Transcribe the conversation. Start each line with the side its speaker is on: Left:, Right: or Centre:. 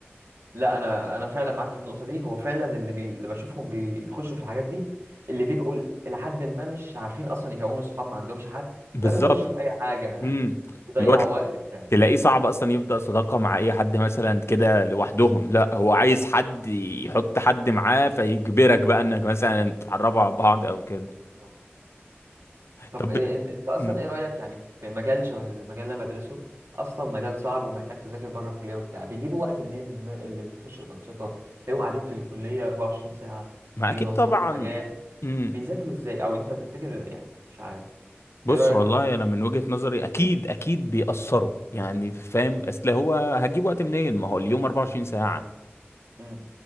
Right: لا انا انا فعلا معاك في النقطه دي هو فعلا اللي بي... اللي بشوفهم بيخشوا في الحاجات دي اللي بيبقوا ل- لحد ما مش عارفين اصلا يكونوا صحاب ما عندهمش حد
Left: بالظبط
Right: فبيخشوا في اي حاجه يعني
Left: امم
Right: يضيعوا
Left: اللي هو
Right: وقت بتاع
Left: تلاقيه صعب اصلا يبدأ صداقة مع اي حد مثلا كده لوحدهم لا هو عايز حد يحط حد معاه فيجبرك بقى انك مثلا تتعرفوا على بعض او كده
Right: طب طب
Left: طب
Right: إيه...
Left: بت-
Right: إن- انت اصلا
Left: مم.
Right: ايه رايك يعني في مجال شبه المجال اللي انا بدرسه اصلا مجال صعب ومحتاج تذاكر بره الكليه وبتاع بيجيبوا وقت منين اللي بيخشوا الانشطه تلاقيهم قاعدين في الكليه 24 ساعه
Left: ما
Right: بينظموا
Left: اكيد طبعا
Right: حاجات
Left: امم
Right: بيذاكروا ازاي او انت تفتكر يعني مش عارف
Left: بص
Right: ايه رايك
Left: والله
Right: في
Left: انا من وجهة نظري اكيد اكيد بيأثروا يعني فاهم اصل هو هجيب وقت منين ما هو اليوم 24 ساعة
Right: مم.